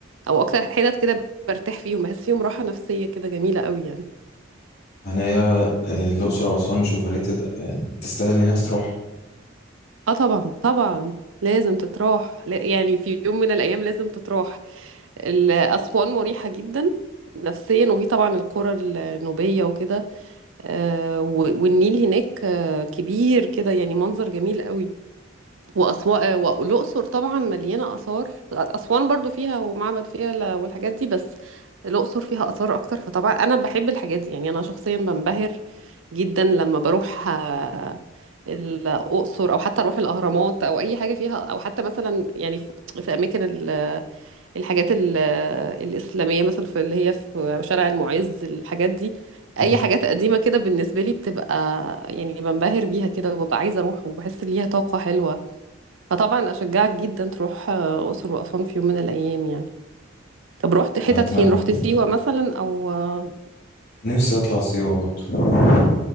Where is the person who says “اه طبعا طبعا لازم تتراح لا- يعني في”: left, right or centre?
Right